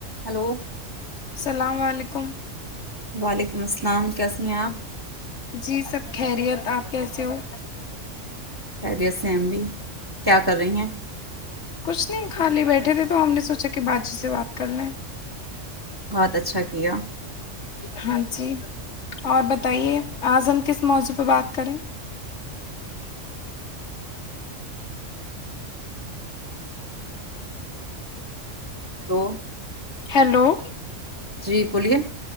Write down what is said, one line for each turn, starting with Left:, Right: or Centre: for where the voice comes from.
Right: hello
Left: السلام علیکم
Right: وعلیکم ولیکم السلام کیسی ہیں آپ
Left: جی سب خیریت آپ کیسے ہو
Right: کیریر سم بھی کیا کر رہی ہیں
Left: کچھ نہیں کھالی بیٹھے تھے تو ہم نے سوچا کہ بجی سے بات کر لیں
Right: بہت اچھا کیا
Left: ہاں جی اور بتائیے آج ہم کس موضوع پہ بات کریں
Right: ہلو
Left: ہیلو <inaudible>
Right: جی بولیے